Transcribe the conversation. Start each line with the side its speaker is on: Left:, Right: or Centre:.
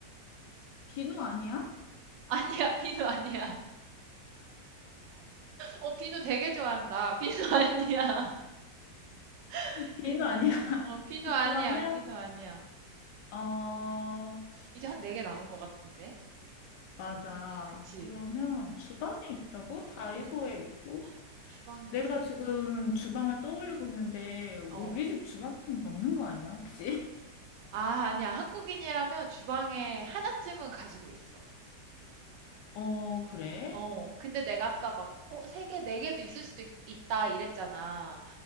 Left: 비누 아니야?
Right: <laughs> 아니야, 비누 아니야. 어, 비누 되게 좋아한다. 비누 아니야. <laughs>
Left: 비누
Right: 비누 아니야.
Left: 아니야?
Right: 어, 비누
Left: <laughs>
Right: 아니야.
Left: 그러면,
Right: 비누 아니야.
Left: 어,
Right: 이제 한 네 개 남은 것 같은데?
Left: 맞아.
Right: 네 개? 그치?
Left: 그러면 주방에 있다고? 다이소에
Right: 어,
Left: 있고?
Right: 주방에
Left: 내가
Right: 있어.
Left: 지금 주방을 떠올리고 있는데, 우리
Right: 어.
Left: 집 주방은 없는 거 아니야, 혹시?
Right: 아, 아니야. 한국인이라면 주방에 하나쯤은 가지고 있어.
Left: 어, 그래?
Right: 어, 근데 내가 아까 막, 어, 세 개, 네 개도 있을 수도 있, 다 이랬잖아.